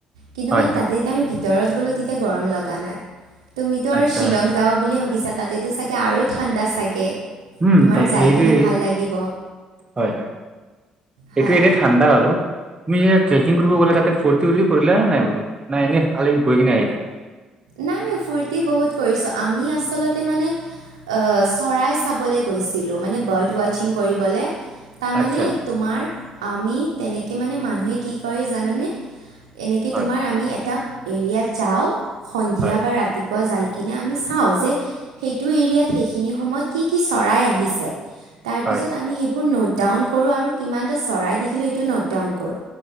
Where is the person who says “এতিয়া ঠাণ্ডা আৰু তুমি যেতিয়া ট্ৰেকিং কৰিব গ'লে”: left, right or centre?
Right